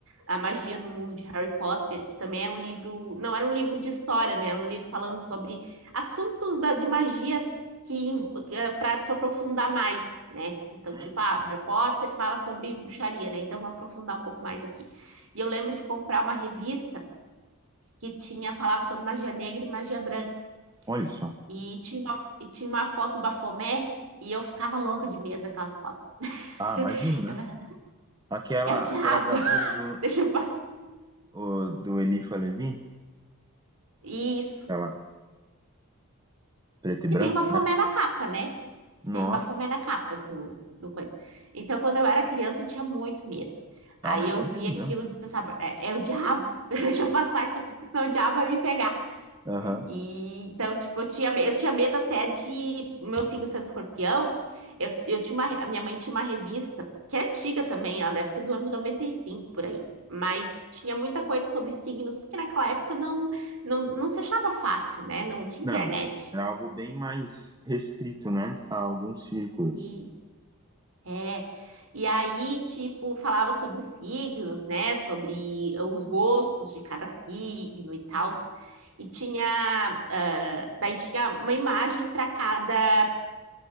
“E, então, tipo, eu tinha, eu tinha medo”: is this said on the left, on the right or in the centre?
Right